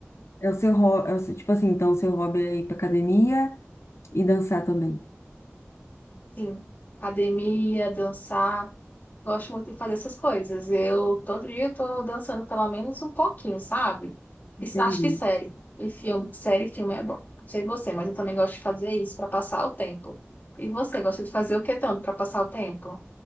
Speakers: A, on the left; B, on the left.
A: é o seu hobby, tipo assim, então o seu hobby é ir pra academia e dançar também.
B: sim, academia, dançar, gosto muito de fazer essas coisas. Eu todo dia estou dançando pelo menos um pouquinho, sabe? E
A: Entendi.
B: acho de série. E filme, série, filme é bom. Não sei você, mas eu também gosto de fazer isso para passar o tempo. E você gosta de fazer o que tanto para passar o tempo?